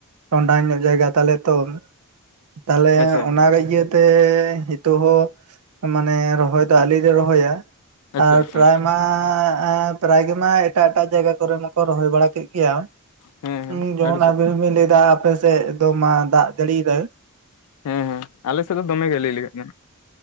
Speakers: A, on the right; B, on the left.
A: ᱴᱚᱸᱰᱟᱝ ᱧᱚᱜ ᱡᱟᱭᱜᱟ ᱛᱟᱞᱮ ᱛᱚ ᱛᱟᱦᱞᱮ
B: ᱟᱪᱪᱷᱟ ᱟᱪᱪᱷᱟ
A: ᱚᱱᱟ ᱫᱟ ᱤᱭᱟᱹ ᱛᱮ ᱦᱤᱸᱛᱚᱜ ᱦᱚᱸ ᱢᱟᱱᱮ ᱨᱚᱦᱚᱭ ᱫᱚ ᱟᱞᱤ ᱨᱮ ᱨᱚᱦᱚᱭᱟ᱾
B: ᱟᱪᱪᱷᱟ
A: ᱟᱨ
B: ᱟᱪᱪᱷᱟ
A: ᱯᱨᱟᱭ ᱢᱟ ᱟᱸᱻ ᱯᱨᱟᱭ ᱜᱮ ᱢᱟᱭ ᱮᱴᱟᱜ ᱡᱟᱭᱜᱟ ᱠᱚᱨᱮ ᱢᱟᱠᱚ ᱨᱚᱦᱚᱭ ᱵᱟᱲᱟ ᱠᱮᱜ ᱜᱮᱭᱟᱸ
B: ᱦᱮᱸ ᱦᱮᱸ
A: ᱩᱱ ᱡᱮᱢᱚᱱ
B: ᱟᱹᱰᱤ
A: ᱟᱨ
B: ᱥᱚᱠ
A: ᱟᱵᱤᱱ ᱦᱚᱸ ᱵᱤᱱ ᱞᱟᱹᱭ ᱫᱟ ᱟᱯᱮ ᱥᱮᱜ ᱫᱚ ᱢᱟ ᱫᱟᱜ ᱡᱟᱲᱤᱭ ᱫᱟᱭ,
B: ᱦᱮᱸ ᱦᱮᱸ ᱟᱞᱮ ᱥᱮᱜ ᱫᱚᱢᱮ ᱜᱮ ᱞᱟᱹᱭ ᱞᱮᱜᱟᱜ ᱠᱟᱱᱟ᱾